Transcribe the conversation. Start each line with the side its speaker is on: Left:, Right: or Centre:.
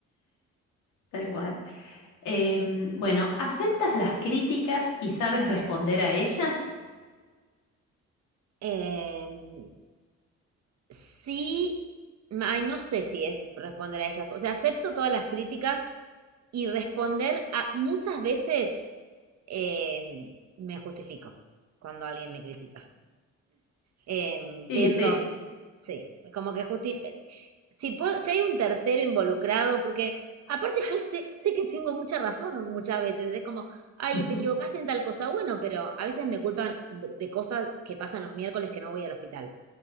Left: tal cual. Em, bueno, ¿aceptas las críticas y sabes responder a ellas?
Right: Eh, sí, ay, no sé si es responder a ellas. O sea, acepto todas las críticas y responder a muchas veces eh, me justifico cuando alguien me critica. Eh,
Left: Y
Right: tiendo,
Left: sí.
Right: Sí, como que justi... Si, puedo- si hay un tercero involucrado, porque aparte yo sé, sé que tengo mucha razón muchas veces, es como, ay,
Left: <laughs>
Right: te equivocaste en tal cosa, bueno, pero a veces me culpan de de cosas que pasan los miércoles que no voy al hospital.